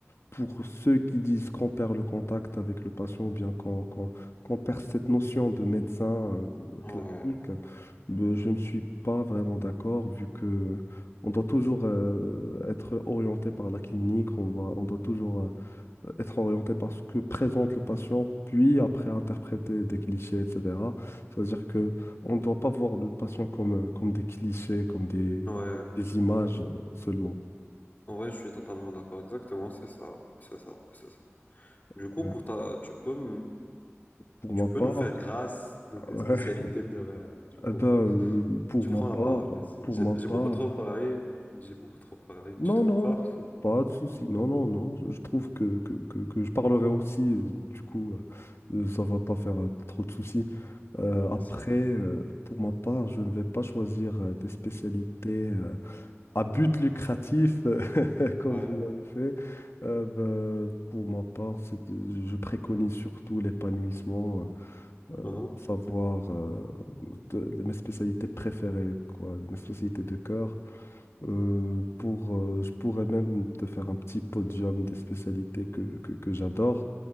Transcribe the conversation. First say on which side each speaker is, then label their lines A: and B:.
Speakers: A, on the left; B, on the left.
A: pour ceux qui disent qu'on perd le contact avec le patient ou bien qu'on qu'on- qu'on perd cette notion de médecin euh,
B: ouais,
A: classique, ben, je ne suis pas vraiment d'accord vu que on doit toujours euh, être orienté par la clinique, on va, on doit toujours euh, être orienté par ce que présente le patient, puis après interpréter des clichés, etc. C'est-à-dire que on ne doit pas voir le patient comme, euh, comme des clichés, comme des,
B: ouais.
A: des images euh, seulement.
B: En vrai, je suis totalement d'accord. Exactement, c'est ça. C'est ça. C'est ça. Du
A: Ouais.
B: coup, pour ta, tu peux, me-
A: Pour ma
B: tu
A: part,
B: peux nous faire grâce de
A: <laughs>
B: tes spécialités de rêve, du coup.
A: Eh ben, euh, pour
B: Tu prends
A: ma part,
B: la parole, vas-y.
A: pour
B: J'ai
A: ma
B: j'ai
A: part,
B: beaucoup trop parlé. J'ai beaucoup trop parlé.
A: non,
B: Tu trouves
A: non,
B: pas? <laughs>
A: pas de souci, non, non, non, je je trouve que, que, que, que je parlerai aussi, euh, du coup, euh, euh, ça va pas faire euh, trop de soucis. Euh,
B: Merci.
A: après, euh, pour ma part, je ne vais pas choisir euh, des spécialités euh, à but lucratif, <laughs> comme
B: Ouais.
A: vous l'avez fait. Euh, ben, pour ma part, c'est- je préconise surtout l'épanouissement
B: Mhm.
A: savoir euh, de, de mes spécialités préférées, quoi, mes spécialités de cœur. Euh, pour, euh, je pourrais même te faire un petit podium des spécialités que, que, que j'adore.